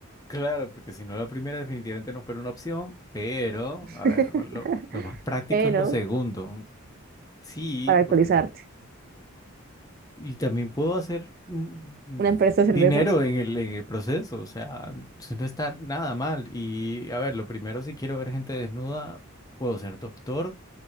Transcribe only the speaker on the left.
Claro, porque si no la primera definitivamente no fuera una opción, pero,
a ver, lo, lo más práctico
es lo segundo. Sí,
porque, y también puedo hacer mm, mm,
dinero
en el, en el proceso, o sea, sin no está nada mal. Y, a ver, lo primero, si quiero ver gente desnuda, puedo ser doctor